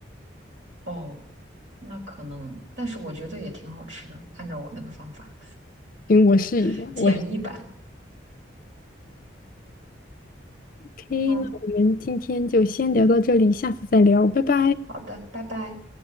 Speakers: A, on the right; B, on the left.
A: 哦，那可能，但是我觉得也挺好吃的，按照我那个方法，
B: 行，我试一下，
A: <laughs> 简易版。
B: 我 OK，
A: 啊，
B: 那我们今天就先聊到这里，下次再聊，拜拜。
A: 好的，拜拜。